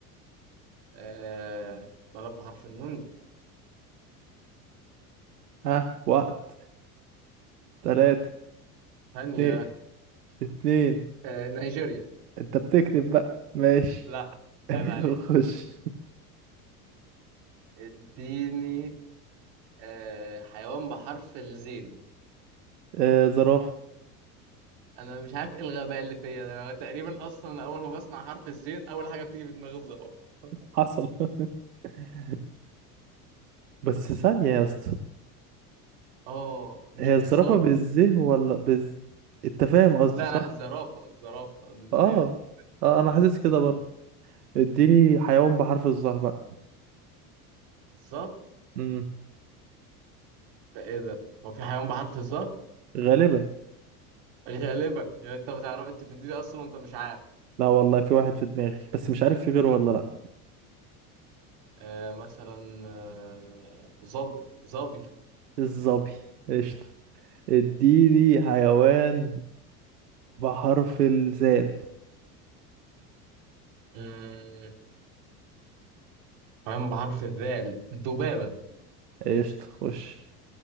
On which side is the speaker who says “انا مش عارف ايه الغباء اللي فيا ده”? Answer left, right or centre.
Right